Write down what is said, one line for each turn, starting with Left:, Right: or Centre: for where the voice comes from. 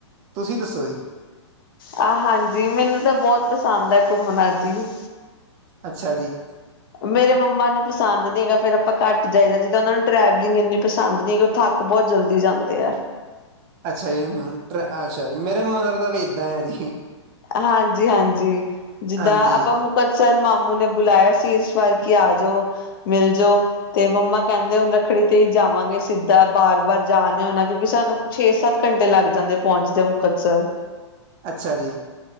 Right: ਤੁਸੀਂ ਦੱਸੋ ਜੀ ‌
Left: ਆਹ ਹਾਂਜੀ ਮੈਨੂੰ ਤਾਂ ਬਹੋਤ ਪਸੰਦ ਆ ਘੁੰਮਨਾ ਜੀ।
Right: ਅੱਛਾ ਜੀ।
Left: ਮੇਰੇ ਮੰਮਾ ਨੂੰ ਪਸੰਦ ਨਹੀਂ ਹੈਗਾ ਫਿਰ ਆਪਾਂ ਘੱਟ ਜਾਈਦਾ ਜਿੱਦਾਂ ਉਹਨਾ ਨੂੰ ਟ੍ਰੈਵਲਿੰਗ ਇੰਨੀ ‌। ਪਸੰਦ ਨੀ ਓਹ ਥੱਕ ਬਹੋਤ ਜਲਦੀ ਜਾਂਦੇ ਆ।
Right: ਅੱਛਾ ਜੀ ਅੱਛਾ ਜੀ ਮੇਰੇ ਮਦਰ ਦਾ ਵੀ ਏਦਾਂ ਆ ਜੀ।
Left: ਹਾਂਜੀ ਹਾਂਜੀ ਜਿੱਦਾਂ
Right: ਹਾਂਜੀ
Left: ਆਪਾਂ ਮੁ ‌‌। <unintelligible> ਸਰ ਮਾਮੂ ਨੇ ਬੁਲਾਇਆ ਸੀ ਇਸ ਵਾਰ ਕੀ ਆ ਜਾਓ ਮਿਲ ਜੋੋ ਤੇ ਮੰਮਾ ‌। ਕਹਿੰਦੇ ਹੁਨ ਰੱਖੜੀ ਤੇ ਹੀ ਜਾਵਾਂਗੇ ਸਿੱਧਾ ਬਾਰ ਬਾਰ ਜਾ ਨੀ ਹੋ ਨਾ ਕਿਉਂਕਿ ਸਾਨੂੰ ਛੇ ਸੱਤ ਘੰਟੇ ਲੱਗ ਜਾਂਦੇ ਪਹੁੰਚਦੇ ਮੁਕਤਸਰ।
Right: ਅੱਛਾ ਜੀ।